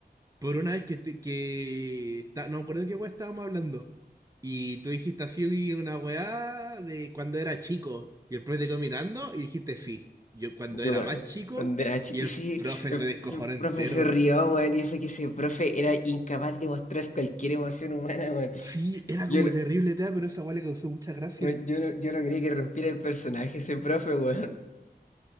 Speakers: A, on the right; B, on the left.
A: Por una vez que, te- que está- no me acuerdo de qué weá estábamos hablando. Y tú dijiste así una weá de cuando era chico. Y el profe te quedó mirando y dijiste sí. Yo cuando
B: Yo,
A: era
B: bueno,
A: más chico
B: cuando era chi-
A: y el
B: sí,
A: profe
B: el,
A: se descojonó
B: el profe
A: entero.
B: se rió, weón, y eso que ese profe era incapaz de mostrar cualquier emoción humana, weón.
A: Sí, era
B: Yo,
A: como
B: lo-
A: terrible, tea, pero esa weá le causó mucha gracia.
B: weón, yo, lo- yo logré que rompiera el personaje ese profe, weón.